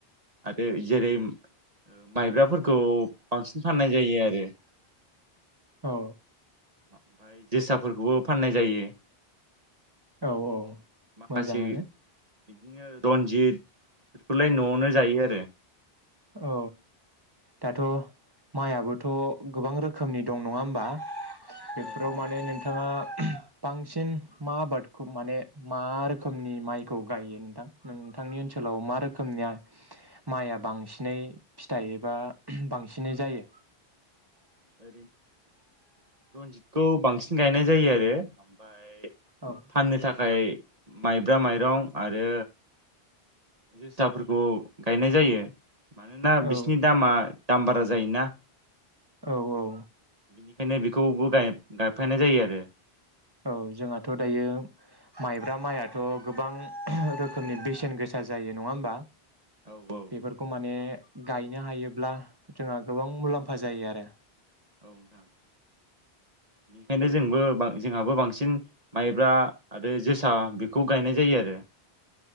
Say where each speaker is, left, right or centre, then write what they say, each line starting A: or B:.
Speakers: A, on the right; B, on the right.
A: आरो जेरै ओ माइब्राफोरखौ बांसिन फाननाय जायो आरो।
B: औ।
A: ओमफाय जोसाफोरखौबो फाननाय जायो।
B: औ औ
A: माखासे
B: मोजाङानो।
A: बिदिनो रन्जित बेफोरखौलाय न'आवनो जायो आरो।
B: औ दाथ' माइआबोथ' गोबां रोखोमनि दं नङा होमबा? बेफोराव
A: औ दं
B: माने नोंथाङा बांसिन मा आबादखौ माने मा रोखोमनि माइखौ गायो नोंथां नोंथांनि ओनसोलाव मा रोखोमनिया माइआ बांसिन? बिसिनै फिथाइ एबा बांसिनै जायो?
A: ओ रनजितखौ बांसिन गायनाय जायो आरो ओमफाय
B: औ
A: फाननो थाखाय माइब्रा माइरं आरो जोसाफोरखौ गायनाय जायो मानोना
B: औ
A: बिसिनि दामा दाम बारा जायोना
B: औ औ।
A: बिनिखायनो बेखौबो गायफ गायफानाय जायो आरो
B: औ जोंहाथ' दायो माइब्रा माइआथ' गोबां रोखोमनि बेसेन गोसा जायो नङा होमबा
A: औ औ
B: बेफोरखौ माने गायनो हायोब्ला जोंहा गोबां मुलाम्फा जायो आरो
A: नोंथां बेनिखायनो जोंबो बां जोंहाबो बांसिन माइब्रा आरो जोसा बेखौ गायनाय जायो आरो